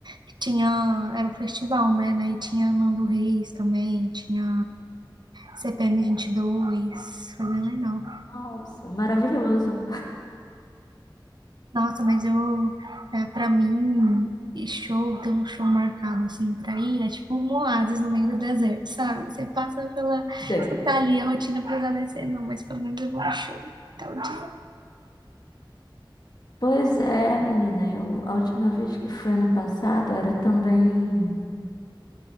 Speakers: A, on the right; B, on the left.
A: que tinha, era um festival, né? Daí tinha Nando Reis também, tinha CPM dois foi bem legal.
B: <laughs> Nossa, maravilhoso.
A: Nossa, mas eu, é, pra mim, e show, ter um show marcado assim pra ir, é tipo um oásis no meio do deserto, sabe? Você passa pela,
B: Sei.
A: você tá ali, a rotina pesada é ser, não, mas pelo menos eu vou no show, tal dia.
B: Pois é, menina, eu, a última vez que fui ano passado era também.